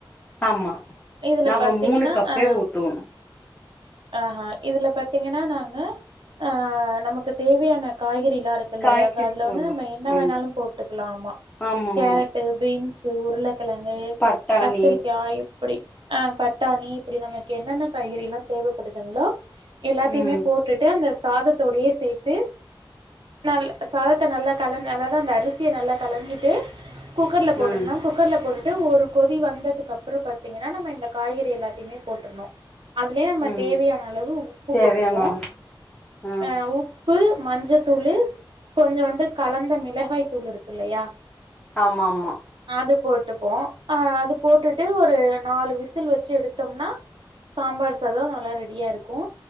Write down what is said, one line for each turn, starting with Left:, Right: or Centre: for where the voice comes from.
Left: ஆமா
Right: இதுல
Left: நாங்க
Right: பாத்தீங்கன்னா
Left: மூணு கப்பே
Right: அ
Left: ஊத்துவோம்
Right: ஆ ஆ இதுல பாத்தீங்கன்னா நாங்க அ நமக்கு தேவையான காய்கறில்லா இருக்கு ல்லையா
Left: காய்கறி
Right: க அதுல
Left: போட்லாம்
Right: வந்து நம்ம என்ன
Left: ம்
Right: வேணாலும் போட்டுக்கலாமா
Left: ஆமா
Right: கேரட்டு
Left: ஆமா
Right: பீன்சு உருளக்கெழங்கு
Left: பட்டாணி
Right: கத்திரிக்காய்ப் அப்டி ஆ பட்டாணி இப்டி நமக்கு என்னென்ன காய்கறில்லா தேவப்படுதுங்ளோ எல்லாத்தையுமே
Left: ம்
Right: போட்டுட்டு அந்த சாதத்தோடையே சேத்து நல் சாதத்த நல்லா கலந்து அதாது அந்த அரிசிய நல்லா கலஞ்சிட்டு குக்கர்ல போட்டுருனும்
Left: ம்
Right: குக்கர்ல போட்டுட்டு ஒரு கொதி வந்ததுக்கு அப்ரோ பாத்தீங்கன்னா நம்ம இந்த காய்கறி எல்லாத்தையுமே போட்டுருணு அதுலயே நம்ம
Left: ம்
Right: தேவையான அளவு உப்பு
Left: தேவையான
Right: போட்டுக்கோ
Left: அளவு ம்
Right: ஆ உப்பு, மஞ்சத்தூளு கொஞ்சோண்டு கலந்த மிளகாய் தூள் இருக்கு இல்லயா
Left: ஆமா ஆமா
Right: அது போட்டுப்போ அ அத போட்டுட்டு ஒரு நாலு விசில் வச்சு எடுத்தோம்னா சாம்பார் சாதோ நல்லா ரெடியா இருக்கு